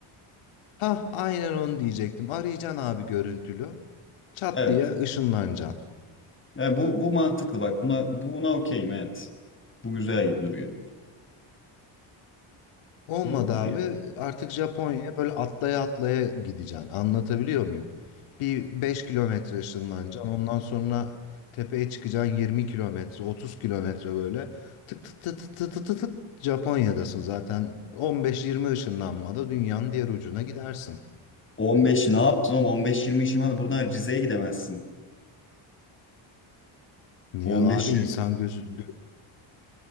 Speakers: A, on the left (about 80°); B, on the left (about 25°).
A: ha aynen onu diyecektim. Arayacaksın abi görüntülü. Çat
B: Evet.
A: diye ışınlanacaksın.
B: Ve bu bu mantıklı bak. Buna buna okeyim evet. Bu güzel gibi duruyor.
A: Olmadı
B: Yapılır
A: abi.
B: ya.
A: Artık Japonya'ya böyle atlaya atlaya gideceksin. Anlatabiliyor muyum? Bir 5 kilometre ışınlanacaksın. Ondan sonra tepeye çıkacaksın 20 kilometre, 30 kilometre böyle. Tık tık tık tık tık tık tık tık Japonya'dasın zaten. 15-20 ışınlanmada dünyanın diğer ucuna gidersin.
B: 15 ne yaptın oğlum? 15-20 işin var. Buradan Rize'ye gidemezsin.
A: Niye
B: 15-20
A: abi insan gözü göz,